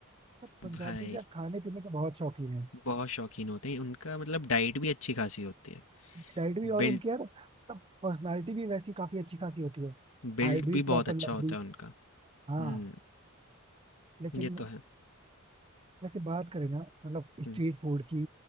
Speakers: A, on the right (about 25°); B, on the left (about 70°).
A: तो पंजाबी
B: भाई
A: से खाने पीने के बहुत शौकीन है
B: बहुत शौकीन होते हैं उनका मतलब डाइट भी अच्छी खासी होती है
A: उनकी डाइट भी और
B: बिल्ड
A: उनकी यार मतलब पर्सनालिटी भी वैसी काफी अच्छी खासी होती है
B: बिल्ड
A: हाइट भी
B: भी बहुत
A: प्रॉपर
B: अच्छा
A: लंबी
B: होता है उनका
A: हाँ
B: हुँ,
A: लेकिन
B: ये तो है।
A: वैसे बात करें ना मतलब स्ट्रीट
B: हुँ,
A: फूड की